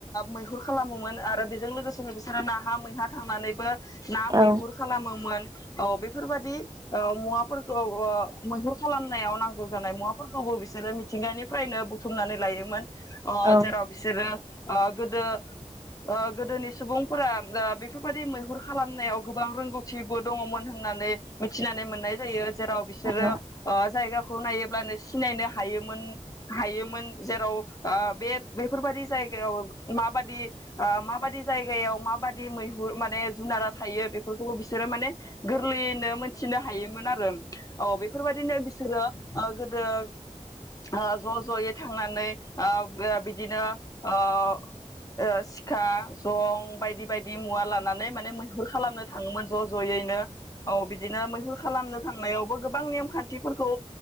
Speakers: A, on the left; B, on the right.
A: मैहुर खालामोमोन आरो बेजों लोगोसेनो बिसोरो नाहा मैहा थांनानैबो ना मैहुर
B: औ
A: खालामोमोन औ बेफोरबादि ओ मुवाफोरखौ ओ मैहुर खालामनायाव नां गौ जानाय मुाफोरखौबो बिस सोरो मिथिंगानिफ्रायनो बुथुमनानै लायोमोन अ
B: औ
A: जेराव बिसोरो ओ गोदो ओ गोदोनि सुबुंफोरा ओ बेफोरबायदि मैहुर खालामनायाव गोबां रोंगौथि मोन होननानै मिथिनानै मोननाय जायो जेराव बिसोरो
B: औ
A: ओ जायगाखौ नायोब्लानो सिनायनो हायोमोन हायोमोन जेराव ओ बे बेफोरबादि जायगायाव माबादि ओ मा बादि जायगायाव माबादि मैहुर माने जुनारा थायो बेफोरखौबो बिस सोरो माने गोरलैयैनो मोनथिनो हायोमोन आरो औ बै फोरबायदिनो बिसोरो ओ गोद रो ओ ज' ज'यै थांनानै ओ ओ बिदिनो ओ ओ सिखा जं बायदि बायदि मुवा लानानै माने मैहुर खालामनो थाङोमोन ज' ज'यैनो औ बिदिनो मैहुर खालामनो थांनायावबो गोबां नेमखान्थिफोरखौ